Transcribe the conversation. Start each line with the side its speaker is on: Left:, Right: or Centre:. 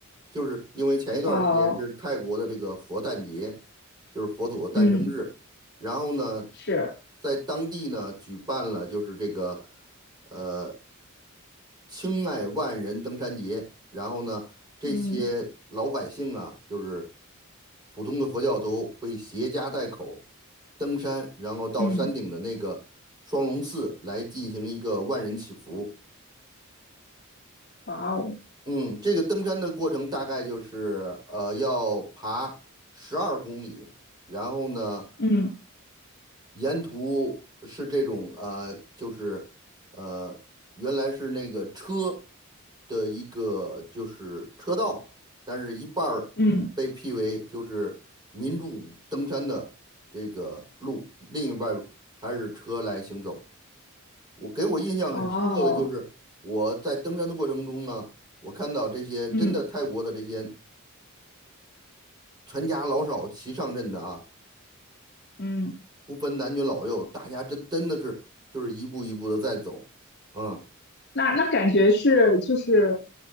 Right: 就是因为前一段儿时间是泰国的这个佛诞节，
Left: 哦，
Right: 就是佛祖的诞生日，
Left: 嗯，
Right: 然后呢，
Left: 是，
Right: 在当地呢举办了就是这个。呃。青迈万人登山节，然后呢，这些老百姓啊，
Left: 嗯
Right: 就是普通的佛教徒会携家带口登山，然后到山顶的那个双龙寺来进行一个万人祈福。
Left: 嗯，哇哦，
Right: 嗯，这个登山的过程大概就是呃要爬十二公里，然后呢。
Left: 嗯。
Right: 沿途是这种啊、呃就是呃，原来是那个车的一个就是车道，但是一半儿被辟为就是民众登山的这个路，
Left: 嗯，
Right: 另一半儿还是车来行走。我给我印象很深刻的就是我在登山的过程中呢，
Left: 哦，
Right: 我看到这些真的泰国的这些
Left: 嗯
Right: 全家老少齐上阵的啊。
Left: 嗯，
Right: 不分男女老幼，大家真真的是就是一步一步的在走，嗯
Left: 那那感觉是就是，